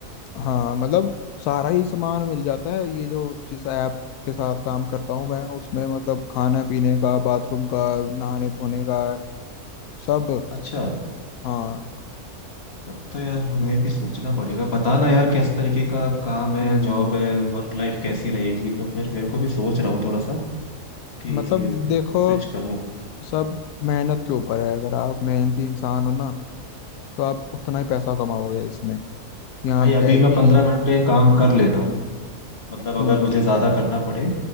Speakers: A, on the left; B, on the left.
A: हाँ मतलब सारा ही सामान मिल जाता है ये जो जिस ऐप के साथ काम करता हूँ मैं उसमें मतलब खाना पीने का बाथरूम का नहाने धोने का सब
B: अच्छा
A: हाँ
B: तब तो यार हमें भी सोचना पड़ेगा बताना यार किस तरीके का काम है
A: हम्म
B: जॉब है वर्क लाइफ कैसी रहेगी तो फिर मेरे को भी सोच रहा हूँ थोड़ा सा कि
A: मतलब देखो
B: स्विच करूँ
A: सब मेहनत के ऊपर है अगर आप मेहनती इंसान हो ना तो आप उतना ही पैसा कमाओगे इसमें यहाँ
B: भाई अभी
A: ए, ये
B: मैं पंद्रह घंटे काम कर लेता हूँ मतलब अगर
A: हम्म
B: मुझे ज्यादा करना पड़े